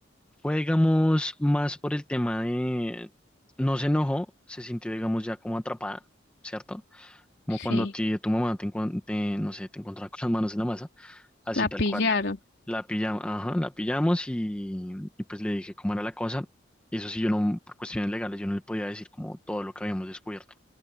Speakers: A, in the centre; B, on the left (about 65°).
A: Fue, digamos, más por el tema de... No se enojó, se sintió, digamos, ya como atrapada, ¿cierto? Como
B: Sí,
A: cuando a ti, tu mamá te, encuent- te, no sé, te encontraba con las manos en la masa, así
B: la
A: tal
B: pillaron.
A: cual. La pillamos, ajá, la pillamos y, y pues le dije cómo era la cosa. Y eso sí, yo no, por cuestiones legales, yo no le podía decir como todo lo que habíamos descubierto.